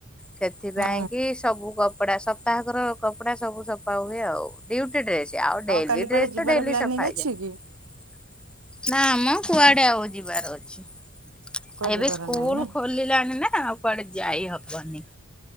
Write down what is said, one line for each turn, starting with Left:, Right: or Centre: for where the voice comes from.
Centre: ସେଥିପାଇଁ
Right: ହୁଁ
Centre: କି ସବୁ କପଡା ସପ୍ତାହକର କପଡା ସବୁ ସଫା ହୁଏ ଆଉ ଡି ଡ୍ରେସ ଆଉ ଡେଲି
Right: କାଲି
Centre: ଡ୍ରେସ
Right: କୁଆଡେ ଯିବାର
Centre: ତ ଡେଲି
Right: ପ୍ଲାନିଂ
Centre: ସଫା
Right: ଅଛି
Centre: ହେଇଯାଏ।
Right: କି?
Centre: ନା ଆମ କୁଆଡେ ଆଉ ଯିବାର ଅଛି?
Right: କୁଆଡେ
Centre: ଏବେ
Right: ଯିବାର
Centre: ସ୍କୁଲ
Right: ନାହିଁ ନା?
Centre: ଖୋଲିଲାଣି ନା ଆଉ କୁଆଡେ ଯାଇ ହବନି।